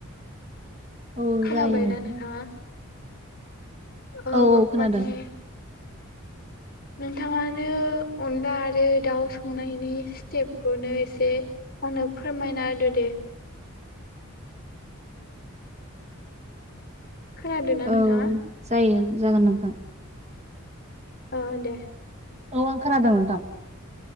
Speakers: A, on the right; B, on the left.
A: औ
B: खोनाबायना
A: जायो नोंथां
B: नोंथांआ ओ
A: औ औ खोनादों।
B: माने नोंथांआनो अनला आरो दाउ संनायनि स्टेप खौनो एसे आंनो फोरमायना होदो दे खोनादोंना नोंथांआ
A: औ जायो जागोन नोंथां
B: ओ दे
A: औ आं खोनादों नोंथां